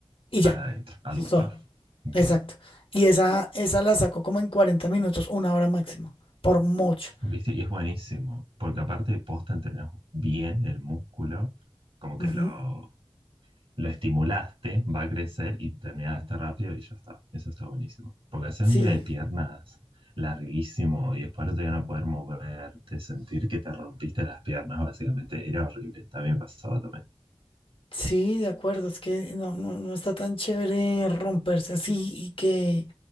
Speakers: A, on the left; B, on the right.
A: y
B: Para
A: ya.
B: adentro, aductor.
A: Eso es todo.
B: Bien.
A: Exacto. Y esa, esa la saco como en 40 minutos, una hora máximo, por mucho.
B: ¿Viste? Y es buenísimo, porque aparte de posta entrenas bien el músculo, como
A: Ujú.
B: que lo, lo estimulaste, va a crecer y terminaste rápido y ya está. Eso está buenísimo. Porque hacer
A: Sí,
B: un día de piernas larguísimo y después no te van a poder moverte, sentir que te rompiste las piernas, básicamente, era horrible. También pasaba también.
A: sí, de acuerdo. Es que no, no, no está tan chévere romperse así y que